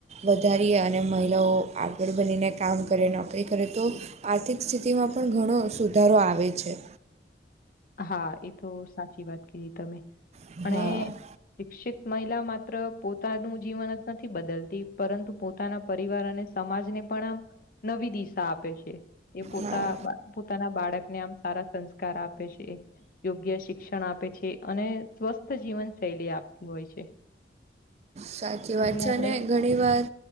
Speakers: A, on the right (about 35°); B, on the left (about 50°).
A: વધારીએ અને મહિલાઓ આગળ બનીને કામ કરે નોકરી કરે તો આર્થિક સ્થિતિમાં પણ ઘણો સુધારો આવે છે
B: હા એ તો સાચી વાત કધી તમે
A: હા
B: પણ શિક્ષિત મહિલા માત્ર પોતાનું જીવન જ નથી બદલતી પરંતુ પોતાના પરિવાર અને. સમાજ ને પણ આમ નવી દિશા. આપે છે એ પોતા
A: હા
B: પોતાના બાળકને આમ સારા સંસ્કાર આપે. આપ છે યોગ્ય શિક્ષણ આપે છે અને સ્વસ્થ જીવન શૈલી આપતી હોય છે.
A: સાચી વાત
B: એટલે
A: છે
B: આપડે
A: અને ઘણી ઘણી વાત